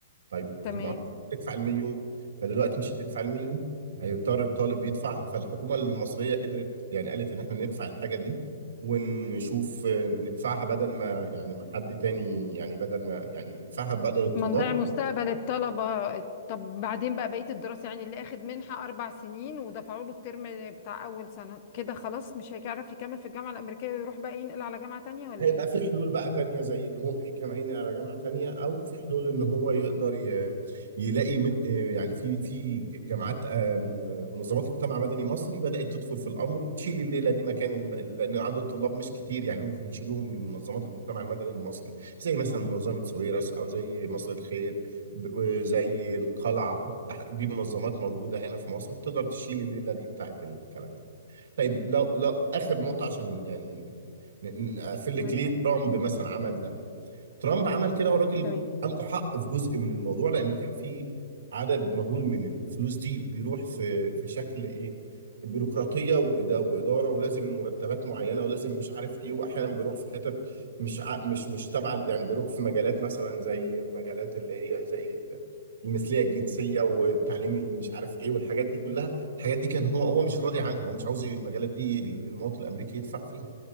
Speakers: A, on the right (about 70°); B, on the left (about 30°).
A: طيب
B: تمام
A: المعلم هتدفع المليون فدلوقتي مش هتدفع المليون هيضطر الطالب يدفعها فالحكومه المصريه قدرت يعني قالت ان احنا ندفع الحاجه دي ونشوف آه، ندفعها بدل ما يعني ما حد تاني يعني بدل ما يعني ندفعها بدل الطلاب
B: ما نضيع مستقبل الطلبة طب بعدين بقى بقية الدراسة يعني اللي اخد منحة أربع سنين ودفعوا له الترم بتاع أول سنة كده خلاص مش هيعرف يكمل في الجامعة الأمريكية ويروح بقى ينقل على جامعة تانية ولا
A: هيبقى
B: ايه
A: في حلول بقى تانية زي ان هو هيكمل على جامعة تانية او في حلول ان هو يقدر ي- يلاقي من يعني في في جامعات آم، منظمات مجتمع مدني مصري بدأت تدخل في الامر وتشيل الليلة دي مكان الم- لان عدد الطلاب مش كتير يعني ممكن يشيلوهم من منظمات المجتمع المدني المصري زي مثلا منظمة سويرس او زي مصر الخير ب- زي القلعة دي منظمات موجودة هنا في مصر وتقدر تشيل الليلة دي بتاعت الكلام ده طيب لو لو اخر نقطة عشان يعني ن- نقفل لك
B: ما-
A: ليه ترامب مثلا عمل ده ترامب عمل كده والراجل
B: تمام
A: عنده حق في جزء من الموضوع لان كان في عدد مهول من الفلوس دي بيروح في في شكل ايه بيروقراطيه وإدا- واداره ولازم مرتبات معينه ولازم مش عارف ايه واحيانا بيروح في حتت مش ع- مش مش تبع يعني بيروح في مجالات مثلا زي مجالات اللي هي زي ال- المثليه الجنسيه والتعليم اللي مش عارف ايه والحاجات دي كلها الحاجات دي كان هو هو مش راضي عنها هو مش عاوز المجالات دي المواطن الامريكي يدفع فيها